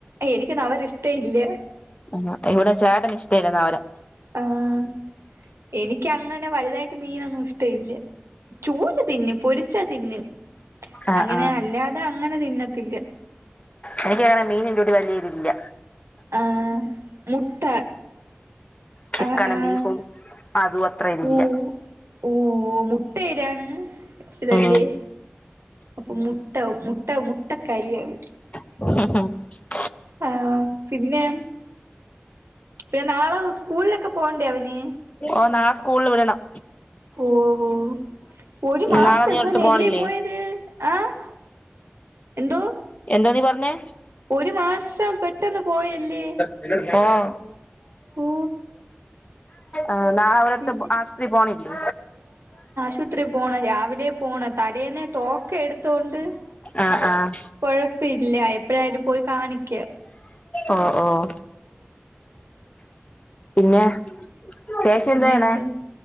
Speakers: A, on the right; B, on the left.
A: എനിക്ക് അവരെ ഇഷ്ട ഇല്ല
B: ആഹ് ഇവിടെ ചേട്ടന് ഇഷ്ടായിരുന്നു അവര്
A: ആഹ് എനിക്ക് അങ്ങന്നെ വലുതായിട്ട് മീനാന്ന് വി ചൂര തിന്നു പൊരിച്ചാ തിന്നു
B: ആഹ്
A: അങ്ങനെ
B: ആഹ്
A: അല്ലാ അത അങ്ങനെ തിന്നത്തില്ല
B: എനിക്ക് എങ്ങനെ മീനിൻ്റോടി വലിയ ഇതില്ല
A: ആഹ് മുട്ട
B: ചിക്കനും
A: ആഹ് ആഹ്
B: ബീഫും അതും അത്ര ഇതില്ല
A: ഓഹ് ഓഹ് മുട്ടേരാണ് ഇതല്ലേ
B: ഉം
A: അപ്പൊ മുട്ട മുട്ട മുട്ട കരിയാണ്
B: <inaudible>
A: ആഹ് പിന്നെ പിന്നെ നാളെ സ്കൂളിലൊക്കെ പോകണ്ടേ അവന്
B: ഓഹ് നാളെ സ്കൂളിൽ വിടണം
A: ഓഹ് ഓഹ് ഒരു മാസം
B: നാളെ നീ
A: എങ്ങന
B: ഒരിടത്ത് പോണില്ലേ
A: എല്ലേ പോയത് ആഹ് എന്തോ
B: എന്താ നീ പറഞ്ഞേ
A: ഒരു മാസം പെട്ടെന്ന് പോയല്ലേ
B: ആഹ്
A: ഓ
B: ആഹ് നാളെ അവടെ അടുത്ത്
A: പിന്നെ
B: ആസ്പത്രി പോണില്ലേ
A: ആശുത്രി പോണ രാവിലെ പോണ തലേന്ന ടോക്കൺ എടുത്തോണ്ട്
B: ആഹ് ആഹ്
A: കൊഴപ്പല്ല എപ്പോഴായാലും പോയി കാണിക്കുക
B: ഓഹ് ഓഹ് പിന്നെ ചേച്ചി
A: പിന്നെ
B: എന്താ ചെയ്യണേ
A: എന്ത്